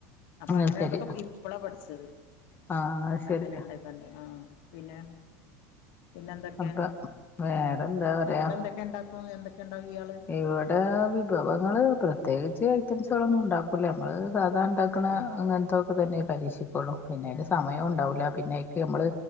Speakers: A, on the left; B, on the left.
A: അപ്പൊ അങ്ങനെ
B: അത് ശരി
A: അതൊക്കെ ഇപ്പോളാ പഠിച്ചത്
B: ആഹ് അത് ശരി
A: അങ്ങനെ ഇണ്ടായിക്കണ്ടി ആ പിന്നെ പിന്നെ എന്തൊക്കെ
B: അപ്പൊ വേറെന്താ പറയാ
A: അവിടെ എന്തൊക്കെ ഇണ്ടാക്കും എന്തൊക്കെ ഇണ്ടാക്കും ഇയാള്
B: ഇവിടെ വിഭവങ്ങള് പ്രത്യേകിച്ച് ഐറ്റംസുകളൊന്നും ഉണ്ടാക്കൂല നമ്മൾ സാധാരണ ഇണ്ടാക്കണ അങ്ങനെ ഇതൊക്കെ തന്നെ പരീക്ഷിക്കുള്ളൂ പിന്നെ സമയം
A: ഉം
B: ഉണ്ടാവില്ല പിന്നെക്ക് നമ്മള്